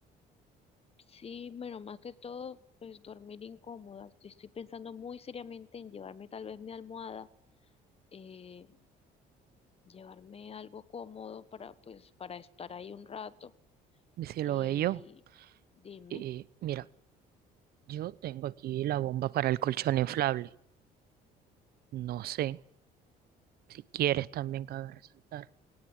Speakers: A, on the left (about 35°); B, on the right (about 65°).
A: sí, bueno, más que todo, pues dormir incómoda. Estoy pensando muy seriamente en llevarme tal vez mi almohada, eh, llevarme algo cómodo para, pues, para estar ahí un rato.
B: mi cielo
A: Y
B: bello.
A: dime,
B: Eh, mira, yo tengo aquí la bomba para el colchón inflable. No sé. Si quieres, también cabe resaltar,